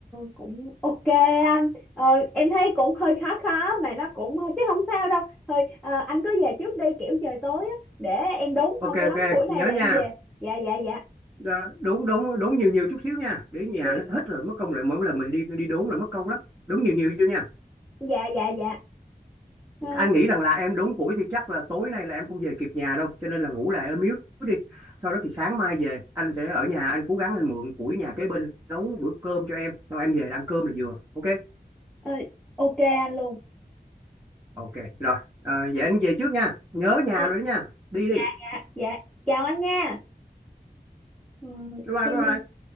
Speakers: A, in the centre; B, on the right.
A: cũng ok anh ờ, em thấy cũng hơi khó khó mà nó cũng hơi- chắc không sao đâu thôi ờ, anh cứ về trước đi kiểu trời tối á để em đốn
B: ok
A: xong cái đống
B: ok
A: củi này
B: nhớ
A: là
B: nha
A: em về dạ dạ dạ
B: Đ- đúng đúng đúng nhiều nhiều chút xíu nha để nhà
A: Ừ,
B: nó hết rồi mất công lại mỗi lần mình đi đi đốn là mất công lắm đúng nhiều nhiều vô nha
A: dạ dạ dạ Ờ,
B: anh nghĩ rằng là em đốn củi thì chắc là tối nay là em không về kịp nhà đâu cho nên là ngủ lại ở miếu đi sau đó thì sáng mai về anh sẽ ở nhà anh cố gắng anh mượn củi nhà kế bên nấu bữa cơm cho em xong em về là ăn cơm là vừa ok
A: ờ, ok anh luôn
B: ok rồi Ờ, vậy anh về trước nha nhớ nhà
A: Ờ,
B: rồi đó nha đi đi
A: dạ dạ chào anh nha ờ,
B: bye bye
A: cái
B: bye
A: miếu
B: bye